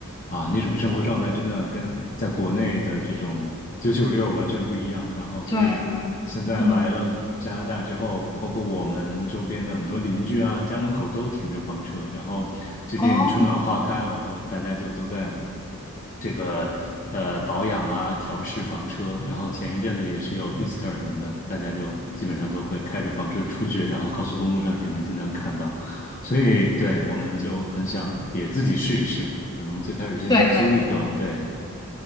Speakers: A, on the left; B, on the left.
A: 啊，那种生活状态真的跟在国内的这种九九六完全不一样。然后，所以现在来了加拿大之后，
B: 对对，嗯，
A: 包括我们周边的很多邻居啊，家门口都停着房车。然后最近春暖花开了，
B: 哦，
A: 就大家就都在这个呃保养啊，调试房车。然后前一阵子也是有 Easter 什么的，大家就基本上都会开着房车出去，然后高速公路上也能经常看到。所以对，我们就很想也自己试一试，可能最开始先去租一个，
B: 对对
A: 对，